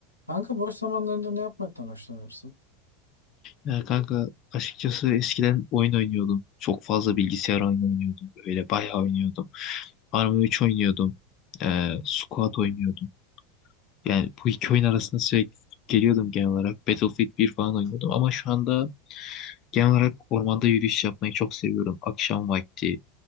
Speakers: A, on the left; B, on the left.
A: Kanka boş zamanlarında ne yapmaktan hoşlanırsın?
B: Ya kanka açıkçası eskiden oyun oynuyordum. Çok fazla bilgisayar oyunu oynuyordum. Böyle bayağı oynuyordum. Arma üç oynuyordum. Ee, Squat oynuyordum. Yani bu iki oyun arasında sürekli geliyordum genel olarak. Battlefield bir falan oynuyordum. Ama şu anda genel olarak ormanda yürüyüş yapmayı çok seviyorum. Akşam vakti